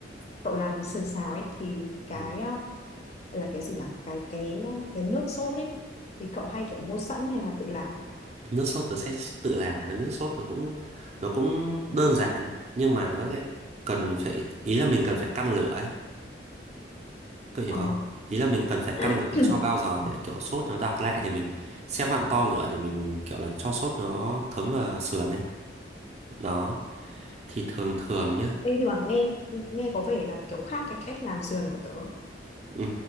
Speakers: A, on the left; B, on the right.
A: cậu làm sườn xào ấy thì cái
B: Ừ.
A: ờ, gọi là cái gì nhỉ cái cái ờ, cái nước sốt ấy thì cậu hay kiểu mua sẵn hay là tự làm
B: nước sốt tớ sẽ tự làm và nước sốt nó cũng nó cũng đơn giản nhưng mà nó lại cần phải ý là mình cần phải căn lửa ấy có hiểu
A: ờ.
B: không ý là mình cần phải
A: <clears throat>
B: căn lửa cho bao giờ để kiểu sốt nó đặc lại thì mình sẽ vặn to lửa để mình kiểu là cho sốt nó thấm vào sườn ấy đó thì thường thường nhá
A: Ê, nhưng mà nghe nghe có vẻ là kiểu khác cái cách làm sườn của tớ
B: ừ